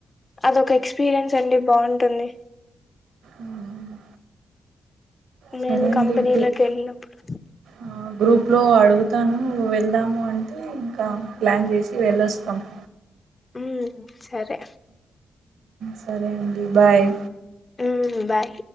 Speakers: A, on the left (about 30°); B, on the right (about 85°).
A: అదొక ఎక్స్పీరియన్స్ అండి బావుంటుంది
B: ఉమ్మ్ సరే
A: మేము
B: అండి
A: కంపెనీలోకి
B: గ్రూప్
A: వెళ్ళినప్పుడు
B: ఆ గ్రూప్ ట్లో అడుగుతాను వెళ్దాము అంటే ఇంక ప్లాన్ చేసి వెళ్ళొస్తాము
A: ఉమ్ సరే
B: సరే అండి బాయ్
A: ఉమ్మ్ బాయ్